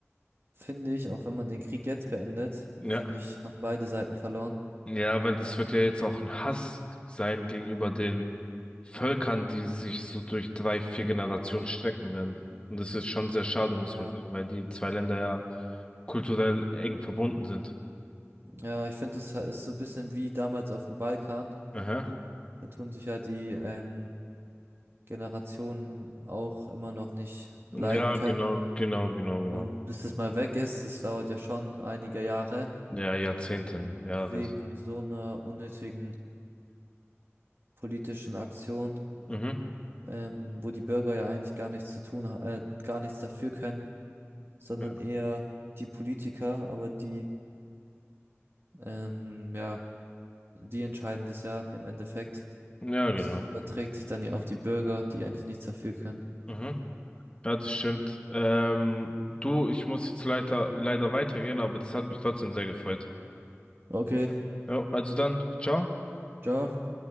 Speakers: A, on the right; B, on the left.
A: finde ich, auch wenn man den Krieg jetzt beendet,
B: Ja.
A: finde ich, haben beide Seiten verloren.
B: Ja, weil das wird ja jetzt auch ein Hass sein gegenüber den Völkern, die sich so durch drei, vier Generationen strecken werden. Und das ist schon sehr schade, muss
A: Äh,
B: man sagen, weil die zwei Länder ja kulturell eng verbunden sind.
A: ja, ich finde, es ha- ist so ein bisschen wie damals auf dem Balkan.
B: Aha.
A: Da tun sich ja die ähm, Generationen auch immer noch nicht leiden
B: Ja,
A: können.
B: genau, genau, genau, genau.
A: Und bis es mal weg ist, das dauert ja schon einige Jahre,
B: Ja, Jahrzehnten, ja,
A: wegen
B: das.
A: so einer unnötigen politischen Aktion,
B: Mhm.
A: ähm, wo die Bürger ja eigentlich gar nichts zu tun, ha- äh, gar nichts dafür können, sondern
B: Ja,
A: eher die Politiker, aber die, ähm, ja, die entscheiden das ja im Endeffekt.
B: ja,
A: Und
B: genau.
A: es überträgt sich dann ja auf die Bürger, die eigentlich nichts dafür können.
B: Mhm. Ja, das stimmt. Ähm, du, ich muss jetzt leider, leider weitergehen, aber das hat mich trotzdem sehr gefreut.
A: Okay,
B: Ja, also dann, ciao.
A: ciao.